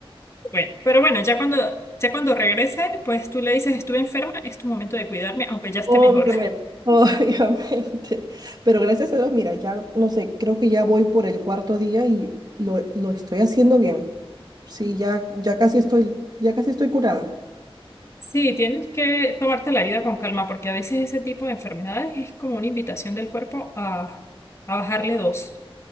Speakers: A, on the left; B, on the right.
A: Bueno, pero bueno, ya cuando, ya cuando regrese, pues tú le dices, estuve enferma, es tu momento de cuidarme, aunque ya esté
B: Obviamente.
A: mejor.
B: <laughs> Obviamente. Pero gracias a Dios, mira, ya no sé, creo que ya voy por el cuarto día y lo, lo estoy haciendo bien. Sí, ya, ya casi estoy, ya casi estoy curada.
A: Sí, tienes que tomarte la vida con calma, porque a veces ese tipo de enfermedades es como una invitación del cuerpo a, a bajarle dos.